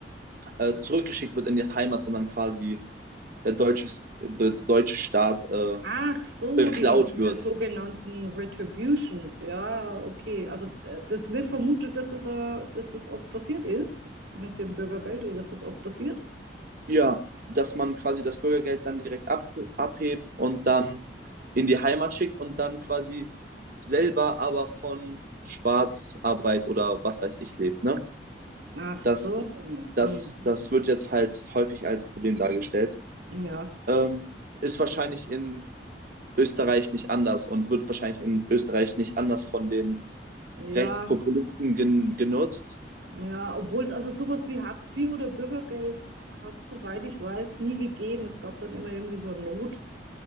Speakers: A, on the right (about 55°); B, on the right (about 85°).
A: äh, zurückgeschickt wird in die Heimat und dann quasi der deutsche, der deutsche Staat äh,
B: Ach so,
A: beklaut
B: die, diese
A: wird.
B: sogenannten Retributions, ja, okay. Also äh, das wird vermutet, dass das, äh, dass das oft passiert ist mit dem Bürgergeld oder dass das oft passiert.
A: Ja, dass man quasi das Bürgergeld dann direkt ab, abhebt und dann in die Heimat schickt und dann quasi selber aber von Schwarzarbeit oder was weiß ich lebt. Ne?
B: Ach so,
A: Das, das,
B: mhm.
A: das wird jetzt halt häufig als Problem dargestellt.
B: Ja,
A: Ähm, ist wahrscheinlich in Österreich nicht anders und wird wahrscheinlich in Österreich nicht anders von den
B: ja,
A: Rechtspopulisten gen genutzt.
B: ja. Obwohl es also sowas wie Hartz IV oder Bürgergeld hat, soweit ich weiß, nie gegeben. Es gab dann immer irgendwie so eine Not.